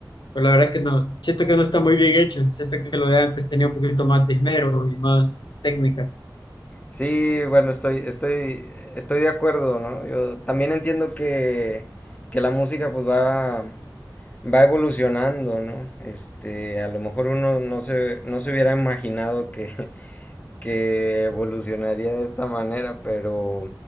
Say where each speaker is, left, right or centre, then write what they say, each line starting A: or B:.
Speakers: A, on the left (about 70°); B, on the left (about 20°).
A: Pero la verdad que no, siento que no está muy bien hecho. Siento que lo de antes tenía un poquito más de esmero y más técnica.
B: Sí, bueno, estoy, estoy, estoy de acuerdo, ¿no? Yo también entiendo que, que la música pues va, va evolucionando, ¿no? Este, a lo mejor uno no se, no se hubiera imaginado que, <laughs> que evolucionaría de esta manera, pero